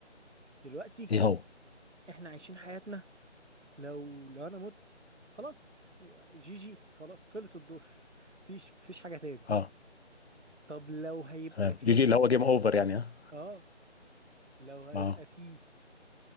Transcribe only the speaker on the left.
ايه هو
اه
تمام
جي جي اللي هو جيم اوفر يعني ها
اه